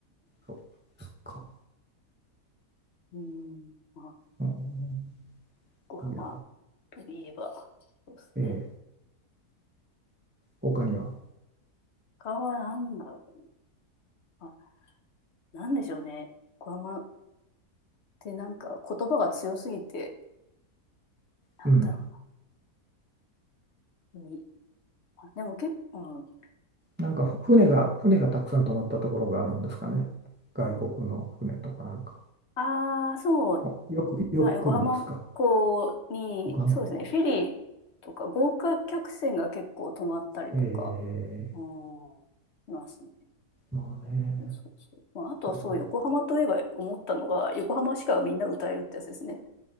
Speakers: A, on the right; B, on the left.
A: そうですか。
B: うん。まあ、
A: うん、
B: 横浜
A: いや、
B: といえば、そうですね。
A: えー、他には。
B: 他は何だろう。まあ、なんでしょうね。横浜ってなんか言葉が強すぎて、なんだろ
A: うん。
B: う。みあでも結構、うん、
A: なんか船が、船がたくさん泊まったところがあるんですかね。外国の船とかなんか。
B: ああ、そう。
A: およく、よく来るんですか。
B: まあ、横浜港に、
A: 横浜港です。
B: そうですね、フェリーとか豪華客船が結構止まったりとか、
A: えー、え
B: うん、しますね。
A: ー、まあね、
B: そうそう。まあ、あとはそう、
A: これは。
B: 横浜といえば思ったのが、横浜しかみんな歌えるってやつですね。